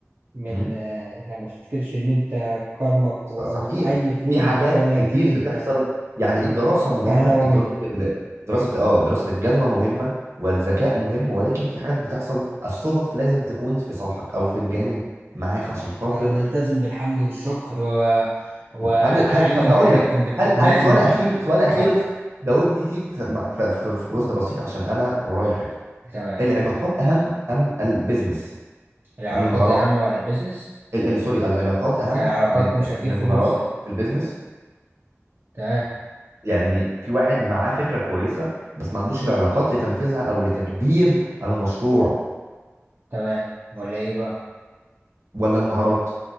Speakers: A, on the right (about 45°); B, on the right (about 70°).
A: من
B: مم.
A: آه، يعني ما تفتكرش ان انت كرمك
B: ص-
A: و-
B: صحيح
A: او في اي فلوس
B: في
A: بتدخل
B: حاجات كتير
A: لك دي
B: بتحصل
A: آه،
B: يعني الدراسة مهمة
A: فهلوة
B: الدراسة
A: منك
B: ال...
A: يعني
B: دراسة اه دراسة الجدوى مهمة والذكاء مهم ولكن في حاجات بتحصل الصدف لازم تكون في صالحك او في الجانب معاك
A: صح
B: عشان خاطر
A: فنلتزم بالحمد والشكر و... وأعينوا
B: هل هل طب هقول
A: حاجتكم
B: لك
A: بالكتمان
B: هل هل سؤال
A: واتفضل
B: اخير سؤال اخير جاوبني فيه في مع- في في- في جزء بسيط عشان انا ورايا حاجة
A: تمام
B: العلاقات اهم ام البيزنس
A: العلاقات
B: ام المهارات
A: أهم ولا البيزنس؟
B: ال... ال... سوري العلاقات اهم
A: العلاقات
B: من
A: مش
B: يعني
A: هتجيب
B: من
A: فلوس
B: المهارات
A: يعني
B: في البيزنس
A: تمام
B: يعني في واحد معاه فكرة كويسة بس ما عندوش العلاقات لتنفيذها أو لتكبير المشروع
A: تمام ولا إيه بقى؟
B: ولا المهارات